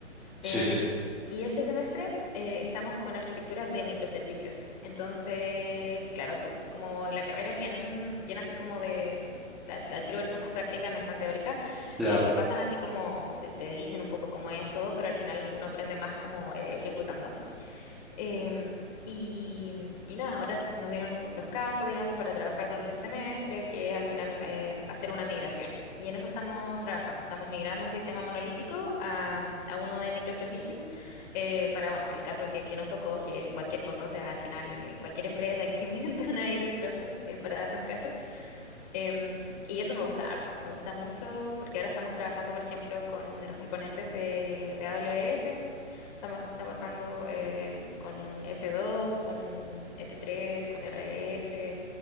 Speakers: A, in the centre; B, on the left.
A: sí,
B: Em,
A: sí,
B: y este semestre eh, estamos con arquitecturas de microservicios. Entonces, claro, so- como la carrera es bien, bien así como de, al, al tiro ver cosas prácticas, no es tan teórica,
A: claro.
B: eh, te pasan así como, te, te dicen un poco cómo es todo, pero al final uno aprende más como eh, ejecutando. Em, y, y nada, ahora nos dieron un- los casos, digamos, para trabajar durante el semestre, que es al final em, hacer una migración. Y en eso estamos trabajando. Estamos migrando un sistema monolítico a, mm, a uno de microservicios eh, para, bueno, el caso que, que nos tocó, que es cualquier cosa, o sea, al final eh, cualquier empresa que se <laughs> inventan ahí los profes eh, para darnos caso. Em, y eso me gusta harto, me gusta mucho porque ahora estamos trabajando, por ejemplo, con los componentes de, de AWS. Estamos trabajando eh, con S2, con S3, con RS